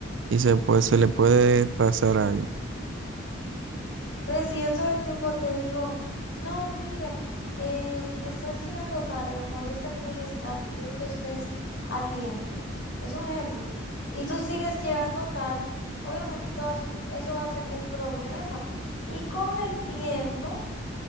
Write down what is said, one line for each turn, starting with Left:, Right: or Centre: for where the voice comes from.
Right: y se puede, se le puede pasar algo.
Left: Entonces, si yo todo el tiempo te digo, no, mira, eh, estás llegando tarde, me molesta que llegues tarde, quiero que estés a tiempo. Es un ejemplo. Y tú sigues llegando tarde, obviamente eso va a ser un, eso va a ser un problema. Y con el tiempo,